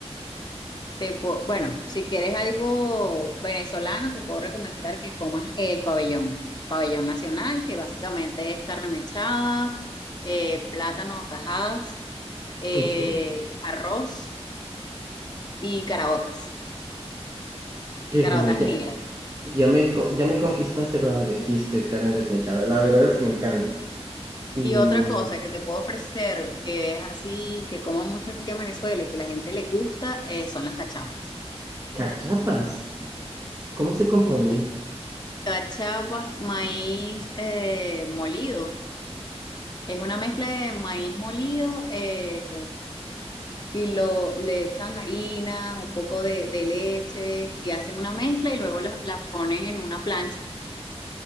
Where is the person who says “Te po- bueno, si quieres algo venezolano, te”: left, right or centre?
Left